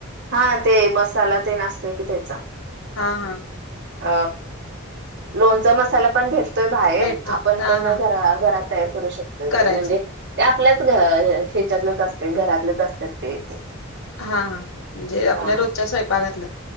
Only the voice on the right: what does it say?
हा ते मसाला तेन आसतोय की त्येचा
अ लोणचा मसाला पण भेटत बाहेर
आपण
पण
घ घरात तयार करू शकतोय
म्हणजे आपल्या ह्याच्यातलंच असते घरातलेच असतात ते
हा